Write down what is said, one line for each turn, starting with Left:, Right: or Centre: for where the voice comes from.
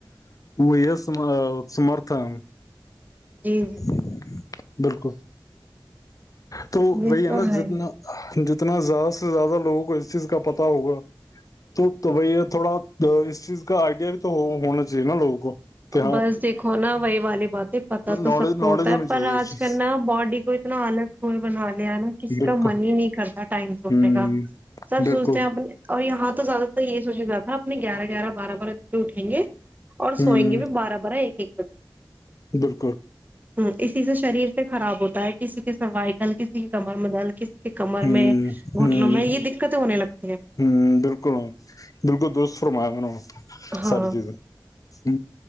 Left: وہ یہ سمرھن
Right: جی جی
Left: ج بالکل تو
Right: یہ
Left: وہی
Right: تو
Left: ای
Right: ہے
Left: دتنا اتنا زیادہ سے زیادہ لوگوں کو اس چیز کا پتا ہوگا تو تو بھائی تھوڑا اس چیز کا آئیڈیا بھی تو ہونا چاہیے نا لوگوں کو کہ ہاں
Right: بس دیکھو نا وہی والی باتیں پتا تو
Left: نالج
Right: سب کو
Left: نالج
Right: ہوتا
Left: ہونی
Right: ہے
Left: چاہیے
Right: پر آج
Left: اس چیز
Right: کل نا باڈی کو اتنا الگ کئے بنا لیا نا کسی
Left: بالکل
Right: کا من ہی نہیں کرتا ٹائم سوٹنے
Left: ہوں
Right: کا سب
Left: بالکل
Right: سوچتے ہیں اپنے اور ہاں تو زیادہ ت یہ سوج رہا تھا اپنے گیارہ گیارہ بارہ بارہ اے اٹھیں گے
Left: ہوں
Right: سوئیں گے بھی بارہ بارہ ایک ایک بجے
Left: بالکل
Right: ہ اسی سے شریر سے خراب ہوتا ہے کسی کے سوائیکل کسی کی کمل مدل کسی کمر
Left: ہوں
Right: میں گھٹنوں
Left: ہوں
Right: میں یہ دقتیں ہونے لگ
Left: ہوں بالکل بالکل دوست فرمگوں ساری
Right: ہاں
Left: چیز ہ